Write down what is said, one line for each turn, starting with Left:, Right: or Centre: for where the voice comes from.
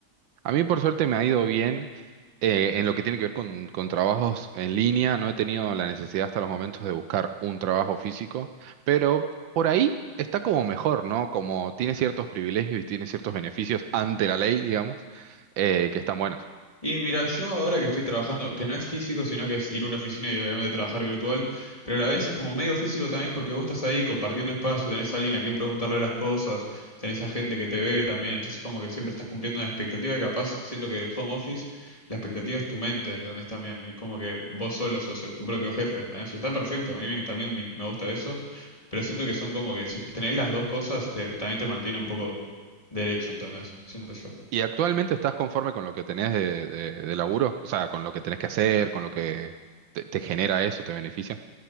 Right: A mí por suerte me ha ido bien eh, en lo que tiene que ver con, con trabajos en línea. No he tenido la necesidad hasta los momentos de buscar un trabajo físico, pero por ahí está como mejor, ¿no? Como tiene ciertos privilegios y tiene ciertos beneficios ante la ley, digamos, eh, que están buenos.
Left: Y mira, yo ahora que estoy trabajando, que no es físico, sino que es ir a una oficina y obviamente trabajar virtual, pero a la vez es como medio físico también porque vos estás ahí compartiendo espacio, tenés a alguien a quien preguntarle las cosas, tenés a gente que te ve también, entonces como que siempre estás cumpliendo una expectativa que capaz, siento que el home office, la expectativa es tu mente, ¿entendés también? Y es como que vos solo sos tu propio jefe, ¿entendés? Y está perfecto, a mí me- también me me gusta eso, pero siento que son como que si tenés las dos cosas, te, también te mantiene un poco derecho, ¿entendés? Siento yo.
Right: ¿Y actualmente estás conforme con lo que tenés de, de- de laburo? O sea, con lo que tenés que hacer, con lo que te, te genera eso, te beneficia.